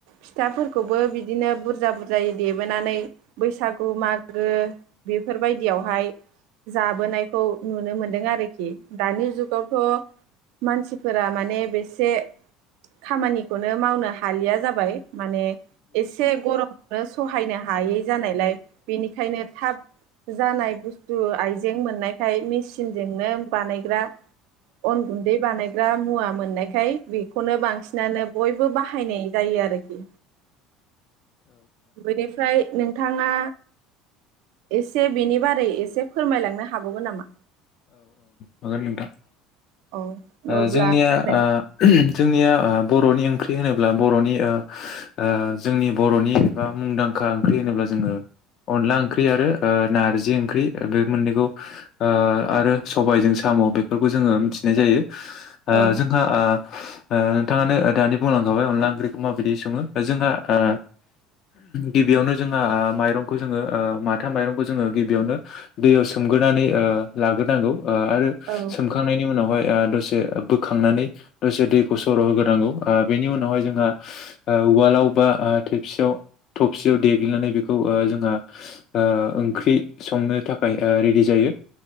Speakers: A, on the right; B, on the left.
A: फिथाफोरखौबो बिदिनो बुरजा बुरजायै देबोनानै बैसागु मागो बेफोरबायदियावहाय जाबोनायखौ नुनो मोनदों आरोखि दानि जुगावथ' मानसिफोरा माने ने बेसे खामानिखौनो मावनो हालिया जाबाय माने एसे गरमनो सहायनो हायै जानायलाय बेनिखायनो थाब जानाय बुुस्थु आयइजें मोननायखाय मेसिनजोंनो बानायग्रा अन गुन्दै बानायग्रा मुवा मोननायखाय बेखौनो बांसिनानो बयबो बाहायनाय जायो आरोखि बेनिफ्राय नोंथाङा एसे बेनि बारै एसे फोरमायलांनो हाबावगो नामा?
B: हागोन नोंथां
A: औ
B: ओ
A: अब्ला
B: जोंनिया
A: नों
B: ओ जोंनिया ओ बर'नि ओंख्रि होनोब्ला बर'नि ओ ओ जोंनि बर'नि एबा मुंदांखा ओंख्रि होनोब्ला जोङो अनला ओंख्रि आरो ओ नारजि ओंख्रि बे मोननैखौ ओ आरो सबायजों साम' बेफोरखौ जोङो मिथिनाय जायो। ओ
A: औ
B: जोंहा ओ ओ नोंथाङानो ओ दानि बुंलांखाबाय अनला ओंख्रिखौ माबायदि सङो जोंहा ओ गिबियावनो जोंहा ओ माइरंखौ जोङो ओ माथा माइरंखौ जोङो गिबियावनो दैयाव सोमग्रोनानै ओ लाग्रोनांगौ। ओ आरो
A: औ
B: सोमखांनायनि उनावहाय <inaudible> से बोखांनानै दसे दैखौ सर' होग्रोनांगौ ओ बेनि उनावहाय जोंहा ओ उवालावबा ओ थेबसियाव थबसियाव देग्लिनानै बेखौ ओ जोंहा ओ ओंख्रि संनो थाखाय ओ रेडि जायो।